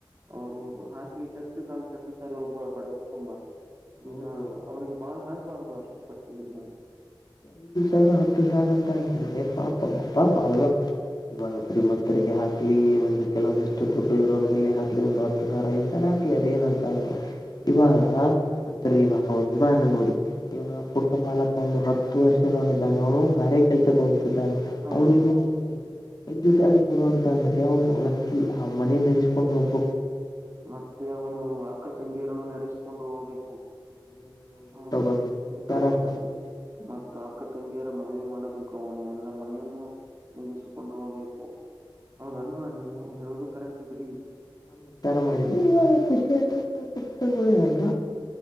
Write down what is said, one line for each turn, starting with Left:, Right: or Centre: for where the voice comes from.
Right: ಅವರು ಹಾಸಿ ಇದ್ದಷ್ಟು ಕಾಲು ಚ್ದುತ್ತಾರೆ ಒಬ್ಬ ಬಡ ಕುಟುಂಬ ಈಗ
Left: ಹೌದು
Right: ಅವ್ರಿಗೆ ಬಾಳ್ ಹಾಕ್ಬಾರದು ಅಷ್ಟು ಪಟ್ಟಿಯನ್ನು
Left: ಐದು ಸಾವಿರ ಹತ್ತು ಸಾವಿರ ಅಂತ ಹಾಕಿದೆ ಪಾಪ ಪಾಪ ಅಲ್ವಾ ಇವಾಗ ಶ್ರೀಮಂತರಿಗೆ ಹಾಕ್ಲಿ ಒಂದು ಕೆಲವೊಂದಿಷ್ಟು ದುಡ್ಡು ಇರೋರ್ ಬಲ್ಲಿ ಹಾಕ್ಲಿ ಒಂದು ಹತ್ತು ಸ ಐ ಕರಾಟ್ ಅ ನಂತಳಾ ಇವಾಗ ಅಂದ್ರೆ ಇವಾಗ ಒಂದುಾರಣೆ ನೋಡಿ ಇವಾಗ ಪುಟ್ಟ ಪಾಲಕ ಒಂದು ಹತ್ತು ಹ ವರ್ಷದವನಿದ್ದಾನೆ ಅವನು ಗಾರೆ ಕೆಲ್ಸಕ್ಕೆ ಹೋಗ್ತಿದ್ದಾನೆ
Right: ಹೌದು
Left: ಅವನಿಗೂ ಐದು ಸಾರು ಪೂರ ಅಂತ ಅಂದ್ರೆ ಅವನು ವ್ಯಕ್ತಿ ಆ ಮನೆ ನಡೆಸ್ಕೊಂಡ್ ಹೋಗ್ಬ
Right: ಮತ್ತೆ ಅವನು ಅಕ್ಕ ತಂಗಿಯರನ್ನು ನಡೆಸಿಕೊಂಡು ಹೋಗ್ಬೇಕು
Left: ಮನೆಯಲ್ಲಿರುವ
Right: ಹೌದು
Left: ಊಟ ವಸತಿ
Right: ಊಟ
Left: ವಿಚಾರಗಳನ್ನು
Right: ವಸತಿ
Left: ನಡೆಸಿಕೊಂಡು
Right: ಮತ್ತ
Left: ಹೋಗ್ಬೇಕು
Right: ಅಕ್ಕ ತಂಗಿಯರ ಮ ಮದೆ ಮಾಡಬೇಕು ಅವನು ಎಲ್ಲಾ ಮನೆಯನ್ನು ನಗಿಸಿಕೊಂಡು ಹೋಗ್ಬೇಕು ಹೌದಲ್ವಾ ನಿಮ್ಮ ಹೇಳುದು ಕರೆಕ್ಟ್ ಬಿಡಿ
Left: ನಾನು ವಿಚಾರ ಮಾಡಿದ್ದಿ ಇವಾಗ ಖುಷಿಯಷ್ಟ ತಗಿದೆಲ್ವಾ